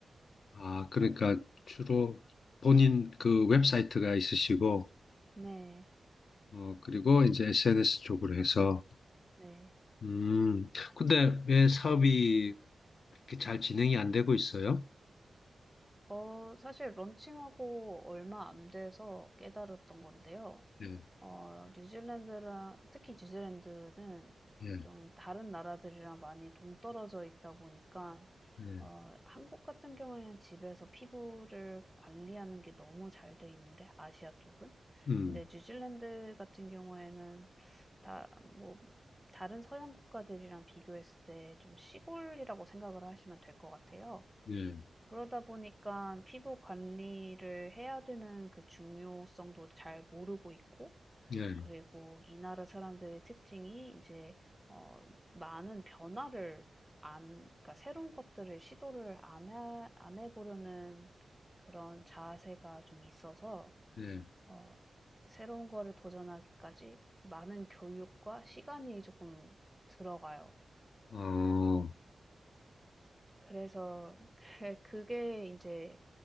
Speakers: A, on the left; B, in the centre.
A: 아, 그러니까 주로 본인 그 웹사이트가 있으시고,
B: 네.
A: 어, 그리고 이제 SNS 쪽으로 해서
B: 네.
A: 음, 근데 왜 사업이 그렇게 잘 진행이 안 되고 있어요?
B: 어 사실 런칭하고 얼마 안 돼서 깨달았던 건데요.
A: 예,
B: 어 뉴질랜드랑 특히 뉴질랜드는
A: 예,
B: 좀 다른 나라들이랑 많이 동떨어져 있다 보니까
A: 네.
B: 어 한국 같은 경우에는 집에서 피부를 관리하는 게 너무 잘 돼 있는데 아시아 쪽은.
A: 음,
B: 근데 뉴질랜드 같은 경우에는 다 뭐 다른 서양 국가들이랑 비교했을 때 좀 시골이라고 생각을 하시면 될 것 같아요.
A: 예,
B: 그러다 보니까 피부 관리를 해야 되는 그 중요성도 잘 모르고 있고
A: 예,
B: 그리고 이 나라 사람들의 특징이 이제 어 많은 변화를 안 그러니까 새로운 것들을 시도를 안 해 안 해 보려는 그런 자세가 좀 있어서
A: 예,
B: 어 새로운 거를 도전하기까지 많은 교육과 시간이 조금 들어가요.
A: 어,
B: 그래서 <laughs> 그게 이제